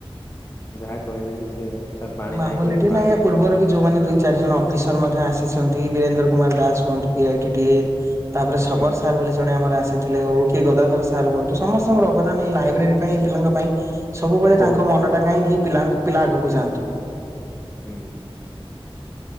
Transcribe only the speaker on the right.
ଉଁ ମାହୋଲ
ଏଠି
ନାଇଁ ପୂର୍ବରୁ ବି ଯୋଉମାନେ ଦୁଇ ଚାରି ଜଣ ଅଫିସ୍ ମଧ୍ୟ ଆସିଛନ୍ତି ବୀରେନ୍ଦ୍ର କୁମାର ଦାସ ହୁଅନ୍ତୁ ପିଆଇଟିଟିଏ। ତାପରେ ଶବର
ସାର୍ ବୋଲି ଜଣେ ଆମର ଆସି ଥିଲେ ହଉ କିଏ ଗଦାଧର ସା ସାର୍ ହୁଅନ୍ତୁ ସମସ୍ତଙ୍କର ଅବଦାନ ଏଇ ଲାଇବ୍ରେରୀ ପାଇଁ ପିଲାଙ୍କ ପାଇଁ। ସବୁବେଳେ
ତାଙ୍କ ମନଟା କାହିଁକି ପିଲାକ୍ ପିଲା ଆଗକୁ ଯାଆନ୍ତୁ।